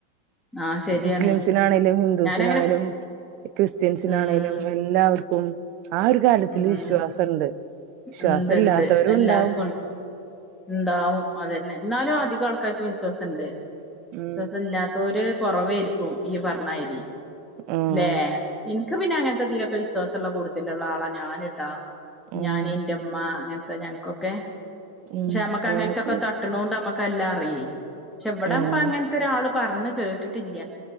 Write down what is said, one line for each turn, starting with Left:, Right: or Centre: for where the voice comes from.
Centre: ആഹ് ശരിയാണേ
Right: മുസ്ലിംസിനാണെങ്കിലും ഹിന്ദൂസിനാണേങ്കിലും
Centre: ഞാനങ്ങനെ
Right: ക്രിസ്ത്യൻസിനാണെങ്കിലും
Centre: ഉം
Right: എല്ല എല്ലാവർക്കും ആഹ് ഒരു കാരിയത്തില്
Centre: ഉം
Right: വിശ്വാസമുണ്ട് വിശ്വാസ
Centre: ഇണ്ട്
Right: ഇല്ലാത്തവരും
Centre: ഇണ്ട് എല്ലാർക്കും
Right: ഉണ്ടാവും
Centre: ഉണ്ട്. ഉണ്ടാവും അത് തന്നെ എന്നാലും അധികം ആൾക്കാർക്കും വിശ്വാസം ഉണ്ട്
Right: ഉം
Centre: വിശ്വാസം ഇല്ലാത്തൊര് കുറവായിരിക്കും ഈ പറഞ്ഞമാതിരി
Right: ആഹ്
Centre: ഏഹ് എനിക്ക് പിന്നെ അങ്ങനത്തെതില് ഒക്കെ വിശ്വാസംമുള്ള കൂടുത്തിൽ ഉള്ള ആളാ ഞാനിട്ടാ
Right: ഉം
Centre: ഞാൻ ഇന്റെ ഇമ്മ അങ്ങനത്തെ ഞങ്ങക്കൊക്കെ
Right: ഉം
Centre: പക്ഷെ നമ്മക്ക്
Right: ഞങ്ങക്ക്
Centre: അങ്ങനത്തൊക്കെ തട്ടണണ്ട്മ്മക്ക് കല്ലാറിയേ പക്ഷെ ഇവിടപ്പൊ
Right: ഉം
Centre: അങ്ങനത്തെ ഒരാള് പറഞ് കേട്ടിട്ടില്ല